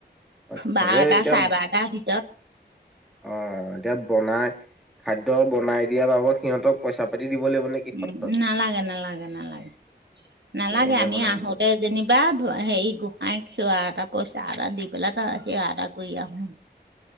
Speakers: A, in the centre; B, on the right.
A: আচ্ছা
B: বাৰটা
A: এই এতিয়া
B: চাৰে বাৰটাৰ ভিতৰত
A: অ এতিয়া বনাই খাদ্য বনাই দিয়াৰ বাবদ সিহঁতক পইচা পাতি দিব লাগিব নেকি সত্ৰত
B: উম নালাগে নালাগে নালাগে নালাগে
A: এনে
B: আমি
A: বনাই
B: আহোতে
A: দিব।
B: যেনিবা হেৰি গোসাই সেৱা এটা পইচা এটা দি পেলাই তাকে সেৱা এটা কৰি আহোঁ